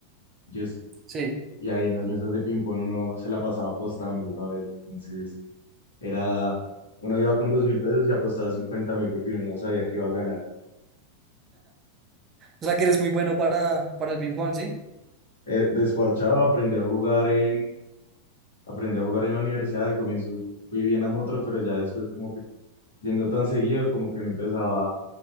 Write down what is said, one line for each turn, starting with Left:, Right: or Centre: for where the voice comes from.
Left: yo, es-
Right: Sí.
Left: y ahí en las mesas de ping-pong uno se la pasaba apostando, ¿sabes? Entonces era, uno iba con dos mil pesos y apostaba cincuenta mil porque uno no sabía que iba a ganar.
Right: O sea que eres muy bueno para, para el ping-pong, ¿sí?
Left: Eh, desparchado, aprendí a jugar en, aprendí a jugar en la universidad, al comienzo fui bien a motro, pero ya después como que yendo tan seguido, como que uno empezaba